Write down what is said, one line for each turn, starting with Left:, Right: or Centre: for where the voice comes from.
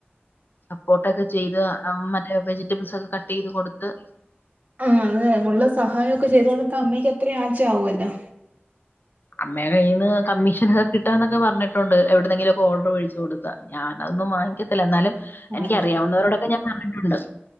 Left: സപ്പോട്ടൊക്കെ ചെയ്ത് മറ്റേ വെജിറ്റബിൾസ് ഒക്കെ കട്ട് ചെയ്ത് കൊടുത്ത്
Right: ആഹ് അതേ ഉള്ള സഹായം ഒക്കെ ചെയ്തു കൊടുത്താ അമ്മയ്ക്ക് അത്രയും ആച്ച് ആവൂല്ലോ.
Left: അമ്മേടെ കയ്യിൽ നിന്ന് കമ്മീഷനൊക്കെ കിട്ടുകാന്നൊക്കെ പറഞ്ഞിട്ടുണ്ട് എവിടെുന്നെങ്കിലുവൊക്കെ ഓർഡർ പിടിച്ച് ത്തു കൊടുത്താ ഞാന് അതൊന്നും വാങ്ങിക്കത്തില്ല എന്നാലും എനിക്ക്
Right: ആഹ്
Left: അറിയാവുന്നവരോടൊക്കെ ഞാൻ പറഞ്ഞിട്ടുണ്ട്.